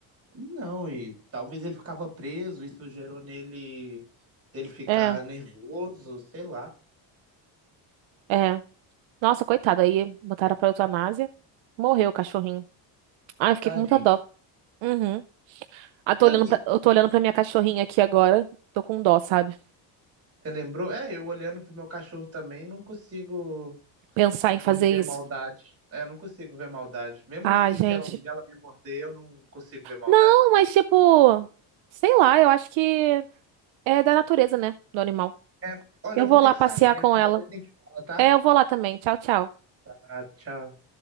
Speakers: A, on the right (about 30°); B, on the right (about 75°).
A: Não, e talvez ele ficava preso, isso gerou nele ele ficar
B: É,
A: nervoso, sei lá.
B: é. Nossa, coitada, aí botaram pra eutanásia. Morreu o cachorrinho. Ai, eu fiquei
A: Tadinho.
B: com muita dó. Uhum. Ah, tô
A: Não,
B: olhando
A: e
B: pra, eu tô olhando pra minha cachorrinha aqui agora. Tô com dó, sabe?
A: você lembrou? É, eu olhando pro meu cachorro também, não consigo.
B: Pensar em fazer
A: E ver
B: isso.
A: maldade. É, eu não consigo ver maldade. Mesmo
B: Ah,
A: se,
B: gente.
A: sei lá, um dia ela me morder, eu não consigo ver maldade.
B: Não, mas tipo, sei lá, eu acho que é da natureza, né? Do animal.
A: É, olha,
B: Eu
A: eu vou
B: vou
A: ter
B: lá
A: que
B: passear
A: sair mesmo.
B: com ela.
A: Depois a gente fala, tá?
B: É, eu vou lá também. Tchau, tchau.
A: Ah, tchau.